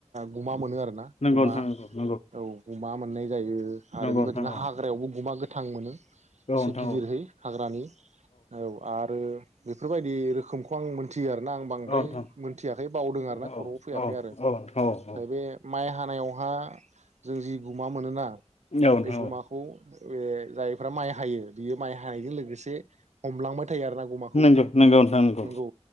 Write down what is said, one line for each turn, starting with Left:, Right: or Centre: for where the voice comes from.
Right: गुमा मोनो आरो ना
Left: नंगौ
Right: गुमा
Left: नोंथां नंगौ
Right: औ गुमा मोननाय जायो आरो
Left: नंगौ
Right: बेबायदिनो
Left: नोंथां औ
Right: हाग्रायावबो गुमा गो थां मोनो
Left: औ
Right: एसे
Left: नोंथां
Right: गिदिरहै
Left: औ
Right: हाग्रानि औ आरो बेफोरबायदि रोखोम खौ आं मोनथि मिथियो आरो ना आं बांद्राय
Left: औ नोंथां
Right: मोनथियाखै बावदों आरो ना
Left: औ
Right: खर'आव फैयाखै
Left: औ
Right: आरो मफ्राय
Left: औ नोंथां औ औ
Right: बे माइ हानायावहा जों जि गुमा मोनोना
Left: नोंथां
Right: बे गुमाखौ
Left: औ
Right: बे जायफ्रा माइ हायो बियो माइ हानायजों लोगोसे हमलांबाय थायो आरोना गुमाखौ
Left: नोंगौ नोंगौ नोंथां नोंगौ
Right: नंगौ